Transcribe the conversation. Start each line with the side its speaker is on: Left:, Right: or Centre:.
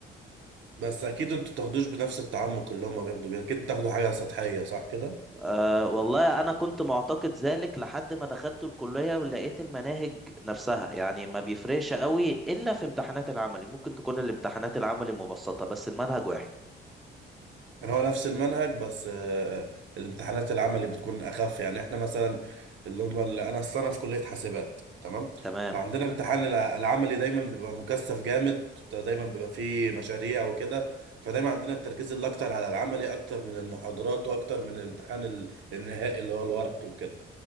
Right: بس أكيد أنتوا بتاخدوش بنفس التعمق اللي هما بياخدوا بيه أكيد بتاخدوا حاجة سطحية صح كده؟
Centre: أه والله أنا كنت معتقد ذلك لحد ما دخلت الكلية ولقيت المناهج نفسها يعني ما بيفرقش قوي إلا في امتحانات العملي ممكن تكون الامتحانات العملي مبسطة بس المنهج واحد
Right: يعني هو نفس المنهج بس آه، آه، الامتحانات العملي بتكون اخف يعني احنا مثلا اللي هم اللي انا اصلا انا في كليه حاسبات تمام
Centre: تمام
Right: فعندنا امتحان الع- العملي دايما بيبقى مكثف جامد دايما بيبقى فيه مشاريع وكده فدايما عندنا التركيز اللي اكتر على العملي اكتر من المحاضرات واكتر من الامتحان ال- النهائي اللي هو الورقي وكده